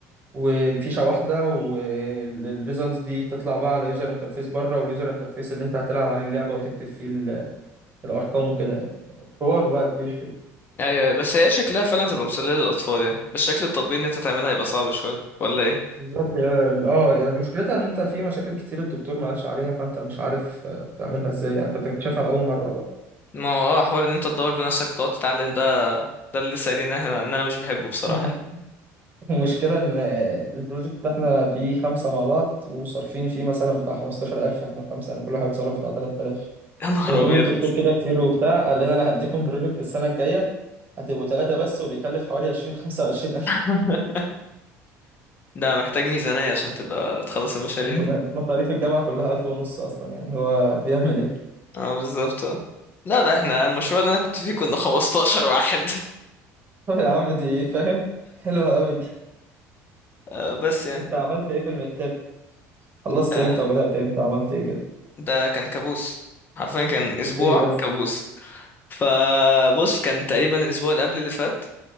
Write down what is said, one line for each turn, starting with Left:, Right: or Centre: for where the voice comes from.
Right: وبفيشه واحده والريزلتس دي تطلع بقى على يوزر انترفيس بره واليوزر انترفيس اللي انت هتلعب عليه اللعبه وتكتب فيه ال- الارقام وكده يعني حوار بقى كبير كده
Left: ايوه أيوة، بس هي شكلها فعلا تبقى مسليه للاطفال يعني بس شكل التطبيق ان انت تعملها هيبقى صعب شويه ولا ايه
Right: بالظبط يا- اه يا مشكلتها ان انت في مشاكل كتير الدكتور ما قالش عليها فانت مش عارف آه، تعملها ازاي يعني انت بتكتشفها لاول مره بقى
Left: ما هو اه حوار ان انت تدور بنفسك وتقعد تتعلم ده ده اللي لسه قايلين ان إحنا- ان انا مش بحبه بصراحه
Right: <laughs>
Left: يعني
Right: المشكلة إن البروجكت ده إحنا فيه خمسة مع بعض وصارفين فيه مثلا بتاع خمستاشر ألف إحنا خمسة يعني كل واحد صرف بتاع تلات آلاف
Left: <laughs> يا نهار
Right: فبنقول
Left: ابيض
Right: للدكتور كده كتير وبتاع قال لنا أنا هديكم بروجكت السنة الجاية هتبقوا تلاتة بس وبيكلف حوالي عشرين خمسة وعشرين ألف
Left: <laughs> ده محتاج ميزانية عشان تبقى تخلص
Right: <laughs>
Left: المشاريع
Right: إنما
Left: دي
Right: مصاريف الجامعة كلها ألف ونص أصلا يعني هو بيعمل إيه؟
Left: اه بالظبط اه لا لا احنا المشروع اللي انا كنت فيه كنا 15 واحد <laughs>
Right: <laughs> طب يا عم دي إيه فاهم؟ حلوة أوي دي
Left: آه بس يعني
Right: أنت عملت إيه في المتر؟ خلصت
Left: آه
Right: إمتى وبدأت إمتى وعملت إيه كده؟
Left: ده كان كابوس حرفيا كان اسبوع
Right: إيه بس؟
Left: كابوس فبص كان تقريبا الاسبوع اللي قبل اللي فات